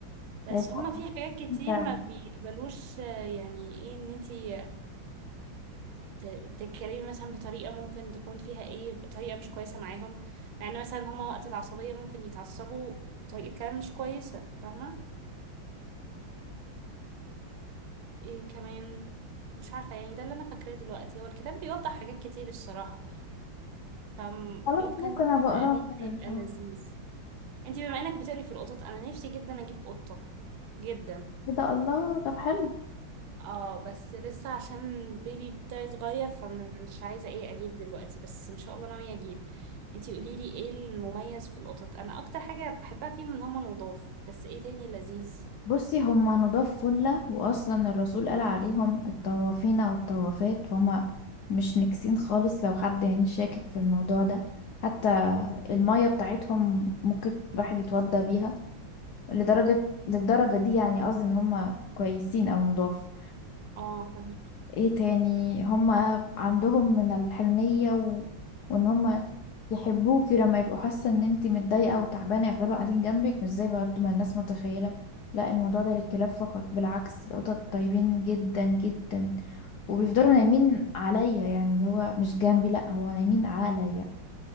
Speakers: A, on the right (about 85°); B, on the left (about 75°).
A: بس
B: يعني
A: هما في حاجات كتير
B: انت
A: ما بيقبلوش آه، يعني ايه ان انتي ت- تتكلمي مثلا بطريقة ممكن تكون فيها ايه طريقة مش كويسة معاهم مع ان مثلا هما وقت العصبية ممكن يتعصبوا بطريقة كلام مش كويسة فاهمة ايه كمان مش عارفة يعني ده اللي انا فاكراه دلوقتي هو الكتاب بيوضح حاجات كتير الصراحة فممكن
B: خلاص ممكن ابقى
A: تقريه
B: اقراه كده
A: يبقى
B: اه
A: لذيذ انتي بما انك بتقري في القطط انا نفسي جدا اجيب قطة جدا
B: كده الله طب حلو
A: اه بس لسه عشان البيبي بتاعي صغير فمش عايزة ايه اجيب دلوقتي بس ان شاء الله ناوية اجيب انتي قوليلي ايه المميز في القطط انا اكتر حاجة بحبها فيهم ان هما نضاف بس ايه تاني لذيذ
B: بصي هما نضاف فلة وأصلا الرسول قال عليهم الطوافين والطوافات فهم مش نكسين خالص لو حد يعني شاكك في الموضوع ده حتى المية بتاعتهم ممكن الواحد يتوضى بيها لدرجة للدرجة دي يعني قصدي إن هما كويسين أو نضاف
A: اه فاهمة.
B: ايه تاني هما عندهم من الحنية و... وان هما يحبوكي لما يبقوا حاسة ان انتي متضايقة وتعبانة يفضلوا قاعدين جنبك مش زي برضه ما الناس متخيلة لا الموضوع ده للكلاب فقط بالعكس القطط طيبين جدا جدا وبيفضلوا نايمين عليا يعني اللي هو مش جنبي لا هو نايمين عليا